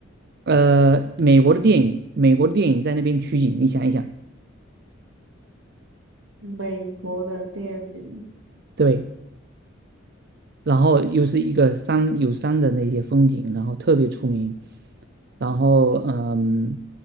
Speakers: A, on the right (about 50°); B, on the right (about 80°).
A: 呃，美国的电影，美国的电影在那边取景，你想一想，
B: 美国的店名。
A: 对。然后又是一个山有山的那些风景，然后特别出名。然后嗯，